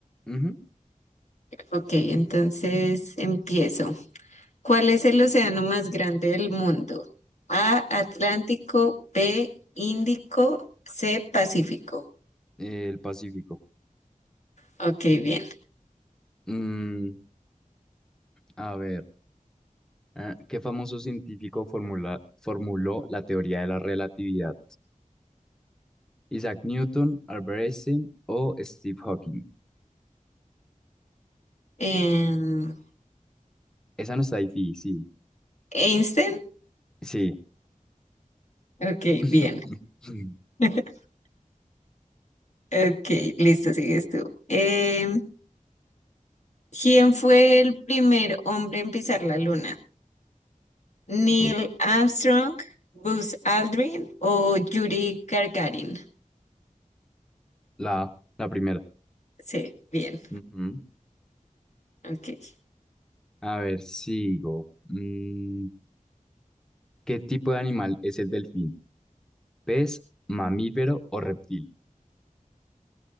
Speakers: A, in the centre; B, on the left.
A: Ujú,
B: Ok, entonces empiezo. ¿Cuál es el océano más grande del mundo? A, Atlántico, B, Índico, C, Pacífico.
A: eh, El Pacífico.
B: Ok, bien.
A: Mm, a ver, ah, ¿qué famoso científico formula- formuló la teoría de la relatividad? ¿Isaac Newton, Albert Einstein o Steve Hawking?
B: Em,
A: Esa no está difícil.
B: Einstein.
A: Sí.
B: Ok,
A: <laughs>
B: bien. <laughs> Ok, listo, sigues tú. Em, ¿quién fue el primer hombre en pisar la luna? ¿Neil
A: Uy,
B: Armstrong, Buzz Aldrin o Yuri Gagarin?
A: la, la primera.
B: Sí, bien.
A: Ujú.
B: Ok.
A: A ver, sigo. Mm, ¿qué tipo de animal es el delfín? ¿Pez, mamífero o reptil?